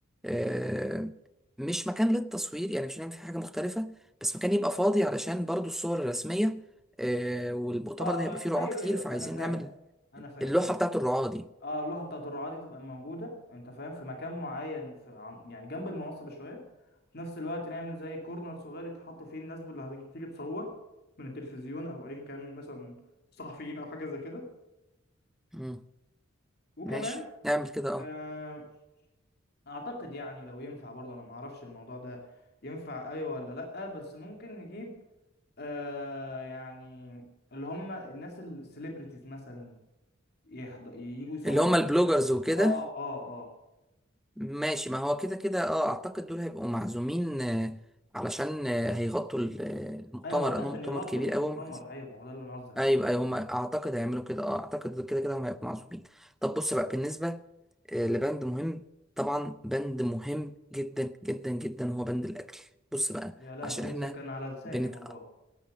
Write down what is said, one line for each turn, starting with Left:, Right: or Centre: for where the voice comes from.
Centre: آه، مش مكان للتصوير يعني مش هنعمل فيه حاجه مختلفه بس مكان يبقى فاضي علشان برضو الصور الرسميه آه، والمؤتمر
Left: اه
Centre: ده
Left: آه،
Centre: هيبقى فيه رعاة
Left: ايوه
Centre: كتير
Left: ايوه
Centre: فعايزين
Left: انا فاهم
Centre: نعمل
Left: انا فاهم
Centre: اللوحه
Left: خلاص
Centre: بتاعت الرعاة دي
Left: اه اللوحه بتاعت الرعاه دي تبقى موجوده انت فاهم في مكان معين في عن... يعني جنب المنصه بشويه في نفس الوقت نعمل زي كورنر صغير يتحط فيه الناس اللي هتيجي تصور من التلفزيون او ايا كان مثلا صحفيين او حاجه زي كده
Centre: مم.
Left: وكمان
Centre: ماشي نعمل كده اه
Left: آه اعتقد يعني لو ينفع برضه انا ما اعرفش الموضوع ده ينفع ايوه ولا لا بس ممكن نجيب آه يعني اللي هم الناس السليبرتيز مثلا يحض... يجوا يصوروا
Centre: اللي هم البلوجرز
Left: ده
Centre: وكده
Left: اه اه آه.
Centre: ماشي ما هو كده كده اه اعتقد دول هيبقوا معزومين آه، علشان آه، هيغطوا ال- آه، المؤتمر
Left: ايوه انا قصدي
Centre: لانه
Left: عشان
Centre: مؤتمر
Left: يغطوا
Centre: كبير
Left: المؤتمر
Centre: قوي
Left: ايوه ما هو ده اللي انا قصدي عليه
Centre: ايوه ايوه هم اعتقد هيعملوا كده اه اعتقد كده كده هم هيكونوا معزومين طب بص بقى بالنسبه آه، لبند مهم طبعا بند مهم جدا جدا جدا هو بند الاكل بص بقى
Left: يا لهوي
Centre: عشان احنا
Left: لسه كان على لساني
Centre: بنت...
Left: والله